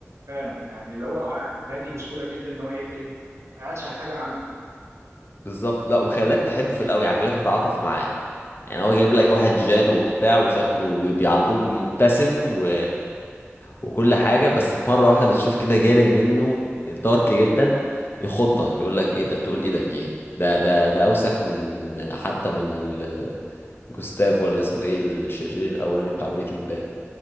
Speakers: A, on the right; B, on the left.
A: فعلا يعني اللي هو ع- عادي بسهوله جدا ان هو يقتل اسهل حاجه عنده
B: بالظبط لا وخلاك تحبه في الاول يعني خلاك تتعاطف معاه يعني هو جايب
A: اه
B: لك واحد جان وبتاع وشكله بي- على طول مبتسم و وكل حاجة بس في مرة واحدة بتشوف كده جانب منه دارك جدا يخضك يقول لك ايه ده تقول ايه ده في ايه ده ده ده, ده اوسخ من حتى من ال جوستاف ولا اسمه ايه الشرير الاولاني بتاع بريكنج باد